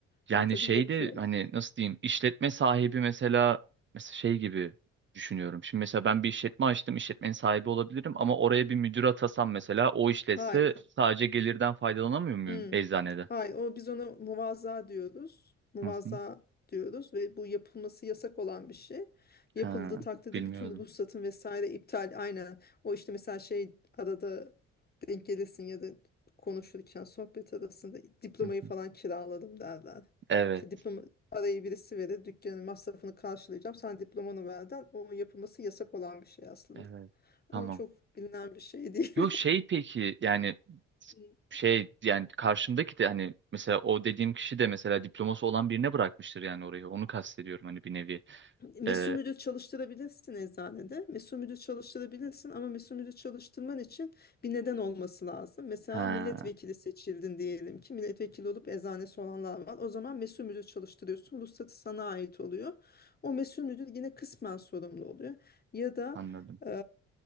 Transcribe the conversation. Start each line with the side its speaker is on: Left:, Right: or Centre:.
Right: Yani
Left: Ama tabii
Right: şeyde
Left: yapıyorlar.
Right: hani nasıl diyeyim işletme sahibi mesela mesela şey gibi düşünüyorum. Şimdi mesela ben bir işletme açtım, işletmenin sahibi olabilirim ama oraya bir müdür atasam mesela o işletse
Left: Hayır.
Right: sadece gelirden faydalanamıyor muyum
Left: Hmm.
Right: eczanede?
Left: Hayır, o biz ona muvazaa diyoruz. Muvazaa
Right: Hı hı.
Left: diyoruz ve bu yapılması yasak olan bir şey. Yapıldığı
Right: Ha,
Left: takdirde
Right: bilmiyordum.
Left: bütün ruhsatın vesaire iptal aynen. O işte mesela şey arada denk gelirsin ya da konuşurken sohbet arasında diplomayı
Right: Hı
Left: falan
Right: hı.
Left: kiraladım derler.
Right: Evet,
Left: İşte diploma parayı birisi verir dükkanın masrafını karşılayacağım. Sen diplomanı verden o yapılması yasak olan bir şey aslında.
Right: evet. Tamam.
Left: Ama çok bilinen bir şey değil.
Right: Yok şey peki yani
Left: <laughs>
Right: şey yani karşımdaki de hani mesela o dediğim kişi de mesela diploması olan birine bırakmıştır yani orayı. Onu kastediyorum hani bir nevi.
Left: Mesul
Right: Ee,
Left: müdür çalıştırabilirsin eczanede. Mesul müdür çalıştırabilirsin ama mesul müdür çalıştırman için bir neden olması lazım. Mesela
Right: ha,
Left: milletvekili seçildin diyelim ki milletvekili olup eczanesi olanlar var. O zaman mesul müdür çalıştırıyorsun. Ruhsatı sana ait oluyor. O mesul müdür yine kısmen sorumlu oluyor. Ya da
Right: anladım.
Left: eee,